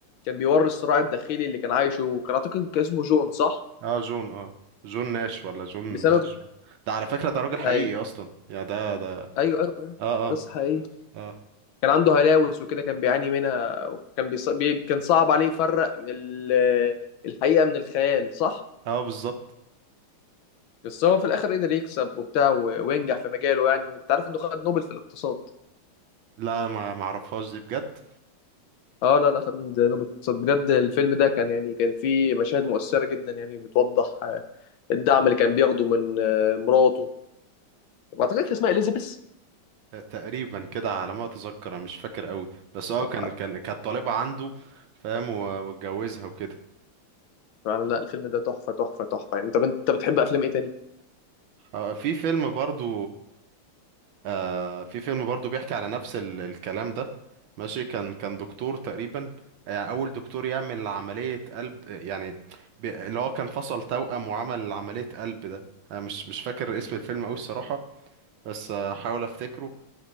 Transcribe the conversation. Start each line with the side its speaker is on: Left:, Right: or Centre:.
Left: كان بيوري الصراع الداخلي اللي كان عايشه وكان اعتقد كان اسمه جون صح
Right: اه جون اه جون ناش ولا جون
Left: بسبب
Right: ماش ده على فكرة ده راجل حقيقي
Left: ايوه
Right: اصلا يعني ده ده
Left: ايوه ايوه أيوه.
Right: اه
Left: قصة
Right: اه
Left: حقيقية
Right: اه
Left: كان عنده هلاوس وكده كان بيعاني منها وكان بيص... بي... كان صعب عليه يفرق ال... الحقيقة من الخيال صح
Right: اه بالظبط
Left: بس هو في الاخر قدر يكسب وبتاع و... وينجح في مجاله يعني انت عارف انه خد نوبل في الاقتصاد
Right: لا ما معرفهاش دي بجد
Left: اه لا لا خدنا نوبل اقتصاد بجد الفيلم ده كان يعني كان فيه مشاهد مؤثرة جدا يعني بتوضح آه، الدعم اللي كان بياخده من آه، مراته وبعتقد كان اسمها اليزابيث
Right: آه، تقريبا كده على ما اتذكر أنا مش فاكر قوي بس اه
Left: اه
Right: كان كان كانت طالبة عنده فاهم و- واتجوزها وكده
Left: يعني لا الفيلم ده تحفة تحفة تحفة يعني طب انت بتحب افلام ايه تاني؟
Right: آه، في فيلم برضو آه في فيلم برضو بيحكي على نفس ال- الكلام ده ماشي كان كان دكتور تقريبا يعني اول دكتور يعمل عملية قلب يعني ب- اللي هو كان فصل توأم وعمل عملية قلب ده انا مش مش فاكر اسم الفيلم قوي الصراحة بس آه، هحاول افتكره